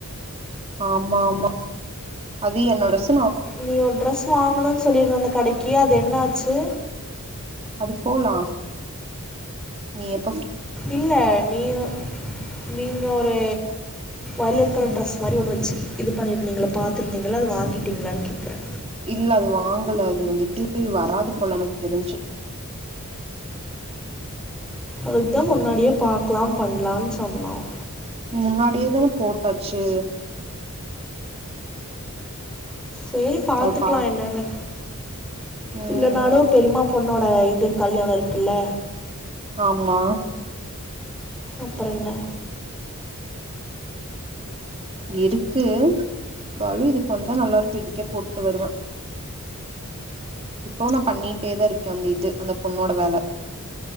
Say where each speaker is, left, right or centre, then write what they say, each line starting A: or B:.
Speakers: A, on the right; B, in the centre.
A: ஆமா ஆமா அது என்னோட ஸ்
B: நீ ஒரு ட்ரெஸ் வாங்கணும்ன் சொல்லிருந்த அந்த கடைக்கு அது என்ன ஆச்சு
A: அது போலா நீ எப்
B: இல்ல நீ வ நீங்க ஒரு ஓய்லட் கலர்
A: ம்
B: டிரஸ் மாரி ஒண்ணு வச்சு இது பண்ணியிருந்தீங்கள பாத்துருந்தீங்களா அது வாங்கிட்டீங்களான் கேக்கறே
A: இல்ல அது வாங்கல அது வந்துட்டு வராது போல எனக்கு தெரிஞ்சு
B: அதுக்கு தா முன்னாடியே பாக்கலாம் பண்லான் சொன்னோம்
A: முன்னாடியே தானே போட்டாச்சு
B: சேரி பாத்துக்கலா
A: அதுப்பா
B: என்னென்னு
A: ம்
B: இல்லானாலும் பெரியம்மா பொண் ன்னோட இது கல்யாண இருக்குல்ல
A: ஆம்மா
B: அப்றன்ன
A: இருக்கு பவிருக் வந்தா நல்லா இருக்கு இதுக்கே போட்டு வருவே இப்பவு நா பண்ணிட்டேதா இருக்கேன் அந்த இது அந்த பொண்ணோட வேல